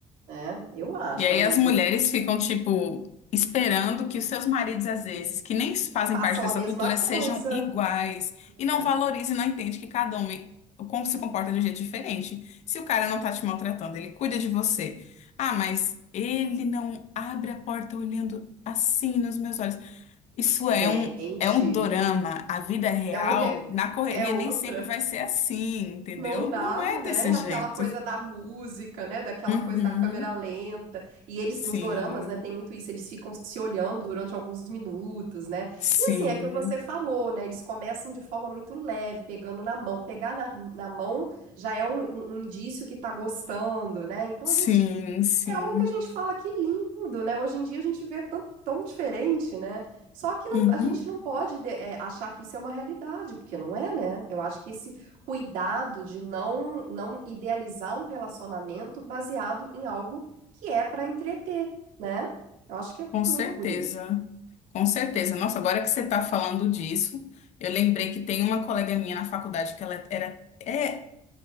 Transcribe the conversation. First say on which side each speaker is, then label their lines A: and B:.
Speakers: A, on the right; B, on the left.
A: né? Eu acho,
B: E aí
A: amiga.
B: as mulheres ficam, tipo, esperando que os seus maridos, às vezes, que nem fazem
A: Façam
B: parte dessa
A: a mesma
B: cultura,
A: coisa.
B: sejam iguais e não
A: É.
B: valorizam e não entende que cada homem como se comporta de um jeito diferente. Se o cara não tá te maltratando, ele cuida de você. Ah, mas ele não abre a porta olhando assim nos meus olhos. Isso
A: Gente,
B: é um é um dorama. A vida real,
A: é um re-
B: na correria,
A: é outra.
B: nem sempre vai ser assim, entendeu?
A: Não dá,
B: Não é
A: né?
B: desse
A: Aquela
B: jeito.
A: coisa da música, né? Daquela
B: Uhum.
A: coisa da câmera lenta. E eles,
B: Sim,
A: nos doramas, né? Tem muito isso. Eles ficam se olhando durante alguns minutos, né?
B: sim.
A: E assim, é que você falou, né? Eles começam de forma muito leve, pegando na mão. Pegar na, na mão já é um, um- um indício que tá gostando, né? Então
B: Sim,
A: a gente
B: sim.
A: é algo que a gente fala que lindo, né? Hoje em dia a gente vê tão, tão diferente, né? Só que não-
B: Uhum,
A: a gente não pode de- é, achar que isso é uma realidade, porque não é, né? Eu acho que esse cuidado de não, não idealizar um relacionamento baseado em algo que é para entreter, né? Eu acho que é
B: com certeza.
A: muito por aí.
B: Com certeza. Nossa, agora que você está falando disso, eu lembrei que tem uma colega minha na faculdade que ela era, é,